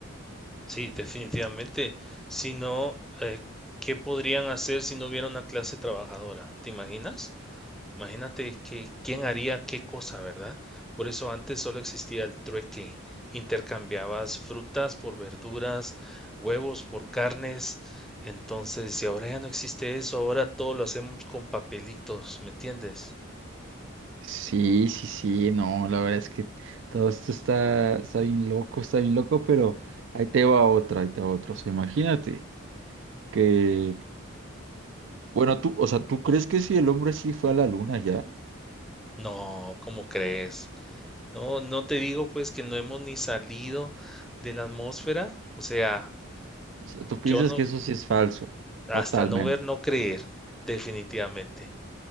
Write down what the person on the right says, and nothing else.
Sí, sí, sí, no, la verdad es que todo esto está, está bien loco, está bien loco, pero ahí te va otra, ahí te va otra. O sea, imagínate que, bueno, tú, o sea, ¿tú crees que si el hombre sí fue a la luna ya?
O sea, tú piensas
que eso sí es falso,
totalmente.